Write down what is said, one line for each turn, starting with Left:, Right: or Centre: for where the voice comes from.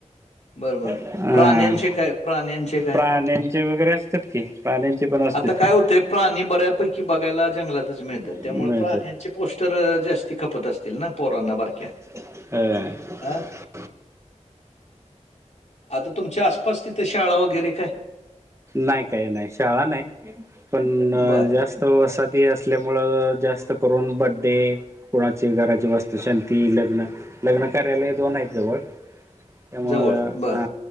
Left: बरं, बरं.
Right: अं....
Left: प्राण्यांचे काय प्राण्यांचे काय?
Right: प्राण्यांचे वगैरे अस असतात की.. प्राण्यांचे पण असत्यात
Left: आता काय
Right: की.
Left: होतंय प्राणी... बऱ्यापैकी बघायला जंगलात तच मिळतात..
Right: मिळतात
Left: त्यामुळे.... प्राण्यांची पोस्टरं... जास्ती खपत असतील ना... पोरांना बारक्या
Right: हं.
Left: हा आता तुमच्या आसपास तिथं... शाळा वगैरे काय?
Right: नाय... काय नाई... शाळा नाई... पण
Left: बर
Right: जास्त वस ते असल्यामुळं... जास्त करून बर्थडे कुणाची घराची वस्तुशांती... लग्न... लग्न-कार्यालये दोन हायेत जवळ त्यामुळं..
Left: जवळ बर
Right: आ...